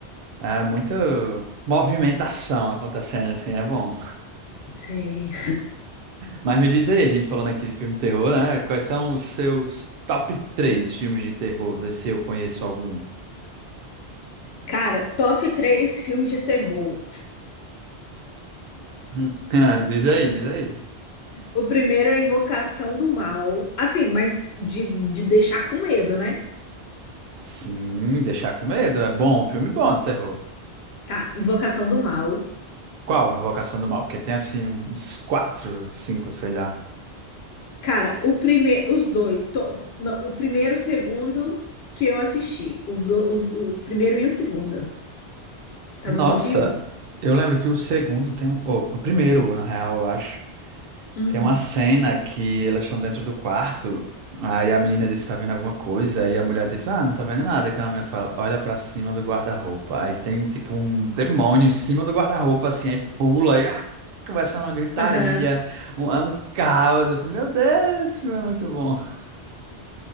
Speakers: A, on the right; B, on the left.
A: é, muito movimentação acontecendo assim, é bom.
B: Sei.
A: Mas me diz aí, a gente falando aqui de filme de terror, né? Quais são os seus top três filmes de terror? Vê se eu conheço algum.
B: Cara, top três filmes de terror.
A: Hum. <laughs> Ah, diz aí, diz aí.
B: O primeiro é Invocação do Mal. Assim, mas de, de deixar com medo, né?
A: Sim, deixar com medo, é bom, filme bom de terror.
B: Tá, Invocação do Mal.
A: Qual Invocação do Mal? Porque tem assim uns quatro, cinco, sei lá.
B: Cara, o primeiro, os dois, to- não, o primeiro e o segundo que eu assisti, os, o- os- o primeiro e o segundo, tá
A: Nossa,
B: no top um
A: eu lembro que o segundo tem um. oh, o primeiro, na real, eu acho.
B: Hum,
A: Tem uma cena que elas estão dentro do quarto. Aí a menina disse: tá vendo alguma coisa? E a mulher, tipo, ah, não tá vendo nada. Aí a menina fala: olha pra cima do guarda-roupa. Aí tem, tipo, um demônio em cima do guarda-roupa, assim. Aí pula, e ah, começa uma gritaria,
B: aham.
A: um, é um caos. Eu falei, Meu Deus, esse filme é muito bom. <laughs>